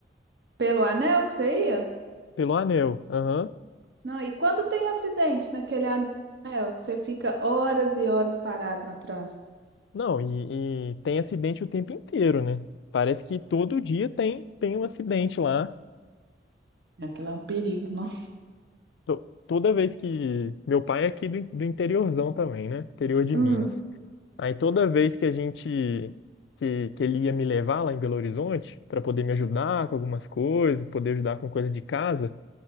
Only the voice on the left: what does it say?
Pelo anel. Aham.
Não, e, e tem acidente o tempo inteiro, né? Parece que todo dia tem, tem um acidente lá.
to- toda vez que. Meu pai é aqui do, in- do interiorzão também, né? Interior de
Minas. Aí toda vez que a gente. Que, que ele ia me levar lá em Belo Horizonte para poder me ajudar com algumas coisas, poder ajudar com coisa de casa,